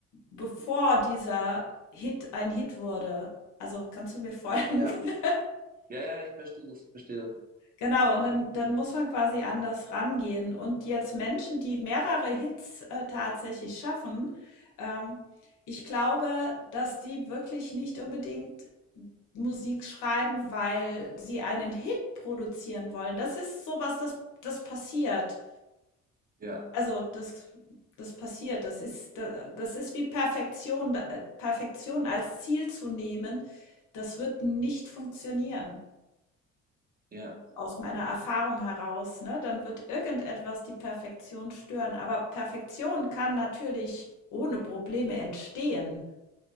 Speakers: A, on the left; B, on the right.
A: bevor dieser Hit ein Hit wurde. Also kannst du mir folgen?
B: Ja,
A: <laughs>
B: ja, ja, ich verstehe das, ich verstehe das.
A: Genau, und dann dann muss man quasi anders rangehen. Und jetzt Menschen, die mehrere Hits, äh, tatsächlich schaffen, ähm, ich glaube, dass die wirklich nicht unbedingt Musik schreiben, weil sie einen Hit produzieren wollen. Das ist sowas, das das passiert.
B: Ja,
A: Also, das das passiert. Das ist da das ist wie Perfektion. Da Perfektion als Ziel zu nehmen, das wird nicht funktionieren.
B: ja,
A: Aus meiner Erfahrung heraus, ne? Dann wird irgendetwas die Perfektion stören. Aber Perfektion kann natürlich ohne Probleme entstehen,